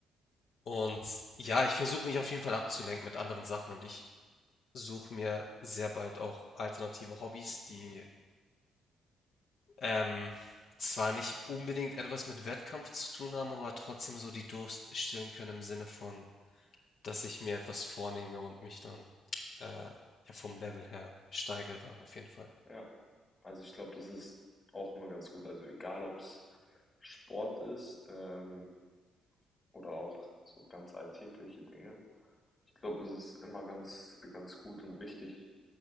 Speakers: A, on the left; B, on the left.
A: Und ja, ich versuche mich auf jeden Fall abzulenken mit anderen Sachen und ich suche mir sehr bald auch alternative Hobbys, die ähm, zwar nicht unbedingt etwas mit Wettkampf zu tun haben, aber trotzdem so die Durst stillen können im Sinne von dass ich mir etwas vornehme und mich dann äh, ja, vom Level her steigere, auf jeden Fall.
B: ja. Also ich glaube, das ist auch immer ganz gut. Also egal, ob es Sport ist, ähm, oder auch so ganz alltägliche Dinge. Ich glaube, es ist immer ganz, ganz gut und wichtig,